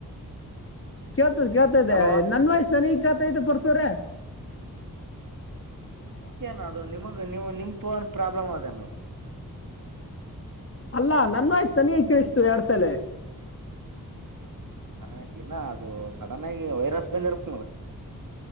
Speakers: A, on the left; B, on the right.
A: ಕೇಳ್ತದ ಕೇಳ್ತ್ದ
B: ಹಲೋ
A: ನನ್ ವಯಸ್ಸ ನನಗ್ ಕೇಳ್ತಾತದ್ದೇ ಪರಶು ಅವ್ರೆ
B: ಯಾಕೆನ ಅದು ನಿಮಗ್ ನೀವು ನಿಮ ಫೋನ್ ಪ್ರಾಬ್ಲಮ್ ಅದೇನನು
A: ಅಲ್ಲಾ ನನ್ನ ವಾಯ್ಸ್ ನನಗೆ ಕೇಳಿಸ್ತಾದ ಎರಡು ಸಲಿ
B: ಹಾಗಿಲ್ಲ ಅದು ಸಡನ್ ಆಗಿ ವೈರಸ್ ಬಂದಿರಬೇಕು ನೋಡು